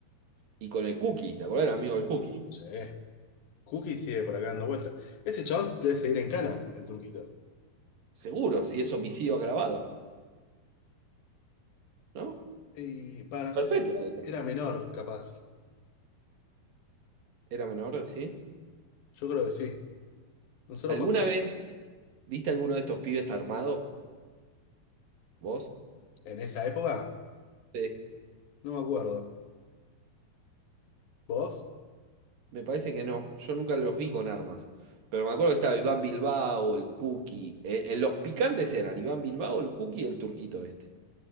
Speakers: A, on the right (about 65°); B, on the left (about 70°).
A: Y con el Cookie, ¿te acordás del amigo del Cookie?
B: Sí. Cookie sigue por acá dando vueltas. Ese chabón debe seguir en cana, el turquito.
A: Seguro, si es homicidio agravado, ¿no?
B: Y para, no
A: Perpetua.
B: sé si
A: debe
B: era
A: ser.
B: menor, capaz.
A: Era menor, ¿sí?
B: Yo creo que sí. Nosotros
A: ¿Alguna
B: cuando,
A: vez viste alguno de estos pibes armados? ¿Vos?
B: en esa época,
A: Sí.
B: no me acuerdo. ¿Vos?
A: Me parece que no. Yo nunca los vi con armas. Pero me acuerdo que estaba Iván Bilbao, el Cookie. Eh, eh, los picantes eran Iván Bilbao, el Cookie y el turquito este.